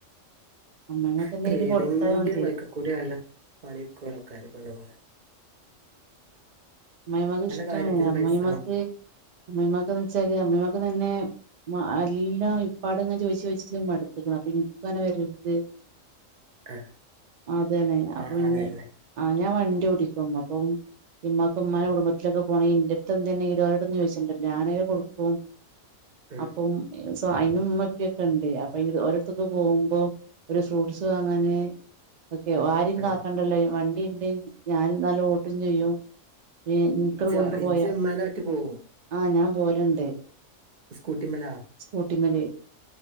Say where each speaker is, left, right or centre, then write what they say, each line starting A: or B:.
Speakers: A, on the right; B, on the right.
A: <unintelligible>
B: ഇപ്പ ഏതെങ്കിലും
A: കൊടുത്താ മതി
B: വയ്ക്കക്കൂടെയാല് പണിട്ക്കല്ലോള്ക്കാര് പെണ്ണ്ങ്ങള്
A: അമ്മായിമ്മാക്ക് ഇഷ്ട്ടാണെ
B: കാര്യത്തിന്
A: അമ്മായിമാക്ക്
B: പൈസ
A: അമ്മയിമ്മാക്ക്ന്ന് വെച്ചാല് അമ്മിയിമ്മാക്ക് തന്നെ മ എല്ലാം ഇപ്പാട്ങ്ങനെ ചോയിച്ച് ചോയ്ച്ച് മട്ത്ത്ക്ക്ണ്‌ അപ്പ ഇൻക്ക്ങ്ങനെ വരര്ത്
B: ആഹ്
A: അതെന്നെ അപ്പൊ
B: ആഹ്
A: ഇഞ്ഞ്
B: അതന്നെ
A: ആഹ് ഞാൻ വണ്ടി ഓടിക്കും അപ്പം ഇമ്മാ ഇമ്മാ കുടുംബത്തിലൊക്കെ പോണെങ്കി ഇന്റെട്ത്ത് എന്തേണ്ടെങ്കി ഓലോടൊന്നും ചോയിച്ചേണ്ടല്ലോ ഞാനായ കൊട്ക്കും
B: ഉം
A: അപ്പം ഇ സൊ അയിന് ഉമ്മപ്പിയൊക്കെണ്ട് അപ്പൊ അയിന് ഓലെട്ത്തൊക്കെ പോവുമ്പം ഒര് ഫ്രൂട്ട്സ് വാങ്ങാന് ഒക്കെ ആരും
B: ആഹ്
A: കാക്കണ്ടല്ലോ വണ്ടിണ്ട് ഞാന് നല്ലോം ഓട്ടും ചെയ്യും ഏ ഇൻക്കാണ്ട്
B: ഇജ്ജാ
A: കൊണ്ട്പോയ
B: ഇജ്ജ് ഇമ്മാനെ ഒറ്റ പോവും
A: ആഹ് ഞാൻ പോല്ണ്ട്
B: സ്കൂട്ടിമ്മലാ
A: സ്കൂട്ടിമ്മല്